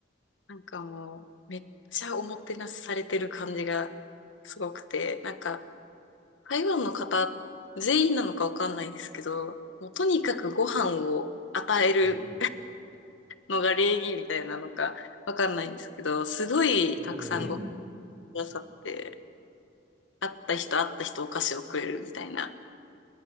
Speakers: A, on the left (about 80°); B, in the centre.
A: なんかもう、めっちゃおもてなしされてる感じがすごくて、なんか、台湾の方、全員なのかわかんないですけど、もうとにかくご飯を与える
B: うん。
A: のが礼儀みたいなのかわかんないんですけど、すごいたくさんごく
B: うん。
A: ださって、会った人会った人お菓子をくれるみたいな。